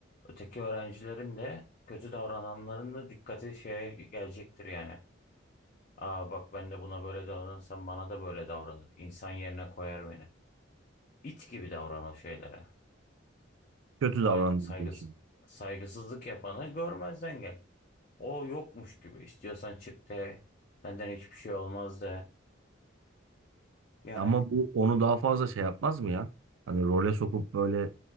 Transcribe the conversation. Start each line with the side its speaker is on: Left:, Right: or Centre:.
Left: öteki öğrencilerin de kötü davrananların da dikkati şeye gelecektir yani. Aa bak ben de buna böyle davranırsam bana da böyle davranır. İnsan yerine koyar beni. İt gibi davran o şeylere.
Right: Kötü
Left: Sana
Right: davrandım
Left: saygıs
Right: bu işin.
Left: saygısızlık yapanı görmezden gel. O yokmuş gibi. İstiyorsan çık de. Senden hiçbir şey olmaz de. Yani
Right: Ama bu onu daha fazla şey yapmaz mı ya? Hani role sokup böyle